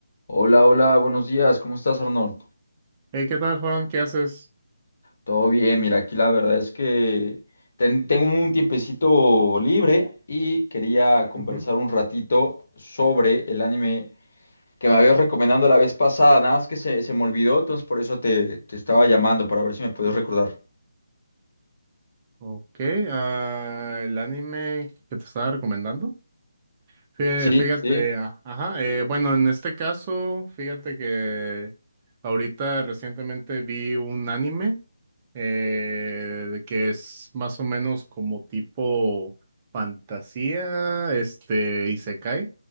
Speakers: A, on the left; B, on the right.
A: Hola, hola, buenos días, ¿cómo estás, Arnold?
B: Hey, ¿qué tal, Juan? ¿Qué haces?
A: Todo bien, mira, aquí la verdad es que ten- tengo un tiempecito libre y quería conversar
B: Ujú.
A: un ratito sobre el anime que me habías recomendado la vez pasada, nada más que se, se me olvidó, entonces por eso te, te estaba llamando, para ver si me podías recordar.
B: Ok, ah, el anime que te estaba recomendando. Fí-
A: Sí,
B: Fíjate,
A: sí, sí.
B: ah, ajá, eh, bueno, en este caso, fíjate que ahorita recientemente vi un anime eh, de que es más o menos como tipo fantasía, este, isekai.